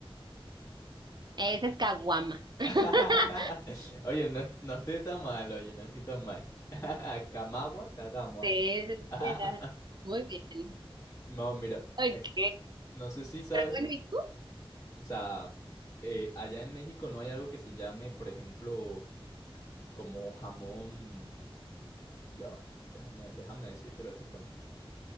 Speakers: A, on the right; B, on the left.
A: Ese es caguama. <laughs>
B: <laughs> Oye, no, est- no estoy tan mal, oye, no estoy tan mal. <laughs> Camagua, Cagamua.
A: Sí, sí,
B: <laughs>
A: sí, ya. Muy bien.
B: No, mira,
A: Ok.
B: eh, no sé si sabes,
A: Pero bueno, ¿y tú?
B: o sea, eh, allá en México no hay algo que se llame, por ejemplo, como jamón, ya va, déjame, déjame decírtelo exactamente.